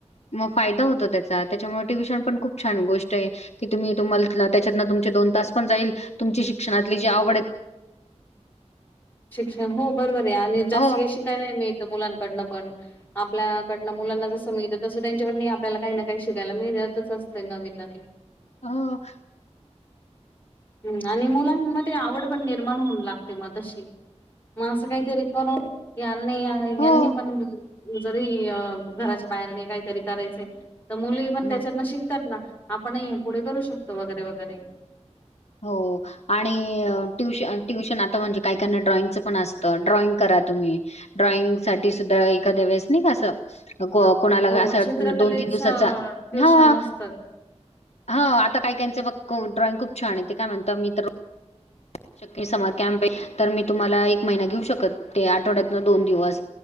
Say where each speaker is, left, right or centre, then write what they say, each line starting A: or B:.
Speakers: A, on the left; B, on the left.
A: म फायदा होतो त्याचा त्याच्यामुळे ट्युशन पण खूप छान गोष्ट आहे की तुम्ही तुम्हाल त्याच्यातनं तुमचे दो न तास पण जाईल तुमची शिक्षणातली जी आवड ए
B: शिक्षण हो बरोबर हे, आणि जास्ती
A: हो
B: काही शिकाय नाही मिळतं मुलांकडनं पण. आपल्याकडनं मुलांना जसं मितं. तसं त्यांच्याकडनं ही आपल्याला काही ना काही शिकायला मिळतच असतं नवीन नवीन.
A: हं
B: हम्म आणि मुलांमध्ये आवड पण निर्माण होऊन लागते म तशी. म असं काहीतरी तनं नाई या महिलांनी
A: हो
B: पण जरी अ घराच्या बाहेर नाही काहीतरी करायचे. त मुली पण त्याच्यातनं
A: म
B: शिकतात ना, आपणही पुढे करू शकतो वगैरे वगैरे.
A: हो आणि टुश ट्युशन आता म्हणजे काही काहींना ड्रॉइंगचं पण अस अं ड्रॉइंग करा तुम्ही, ड्रॉइंग साठी सुद्धा एखाद्या वेळेस नाही का असं को कोणाला
B: हो
A: असं,
B: चित्रकलेच
A: दोन तीन दिवसाचा,
B: ट्युशन
A: हां
B: नसतात
A: हां आता काही काहीचं बघ ड्रॉइंग खूप छान हे, ते काय म्हणतं मी तर श्यक्य समर कॅम्प आहे, तर मी तुम्हाला एक महिना घेऊ शकत ते आठवड्यातन दोन दिवस